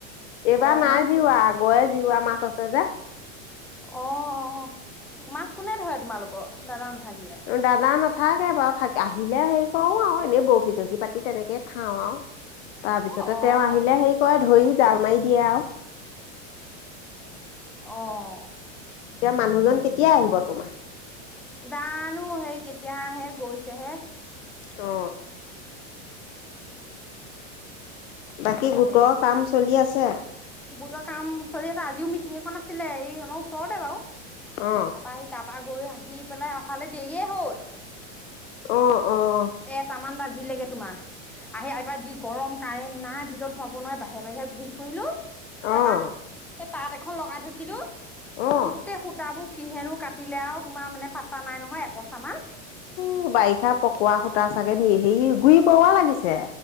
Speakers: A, on the left; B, in the centre.
A: এইবাৰ
B: অ
A: নাই
B: মাছ
A: জিওৱা আগৰে জিওৱা মাছ আছে যে।
B: অ অ, তো মাছ কোনে ধৰে তোমালোকৰ দাদা নাথাকিলে?
A: দাদা নাথাকে বাৰু, থাক আহিলে হেৰি কৰোঁ আৰু এনেই বৰশী- চৰশী পাত ৰাতি তেনেকেই খাওঁ আৰু তাৰ
B: অ',
A: পিছতে
B: অ',
A: তেওঁ
B: অ'।
A: আহিলে হেৰি কৰে ধৰি জাল মাৰি দিয়ে আৰু।
B: অঁ।
A: এতিয়া মানুহজন কেতিয়া আহিব তোমাৰ?
B: জানো সেই কেতিয়া আহে গৈছেহে।
A: অ। বাকী গোটৰ
B: হেৰি
A: কাম চলি আছে?
B: গোটৰ কাম চলি আছে, আজিও মিটিং এখন আছিলে এই আমাৰ ওচৰতে বাৰু।
A: অ।
B: তাৰপা আহি তাৰপা গৈ আহি পেলাই অহালে দেৰিয়ে হ'ল।
A: অ অ।
B: এ এটামান বাজিলেগে তোমাৰ। আহি আহি পাই যি গৰম কাৰেণ্ট নাই ভিতৰত সোমাব নোৱাৰে বাহিৰে - বাহিৰে ঘূৰি ফুৰিলো। তাৰপা
A: অ'
B: এই তাঁত এখন লগাই থৈছিলো,
A: অ'
B: গোটেই সূতাবোৰ কিহেনো কাটিলে আৰু তোমাৰ মানে পাত্তা নাই নহয় একচামান।
A: টো বাৰিষাত পকোৱা সূতা চাগে নি হেৰি গুৰি পৰুৱা লাগিছে।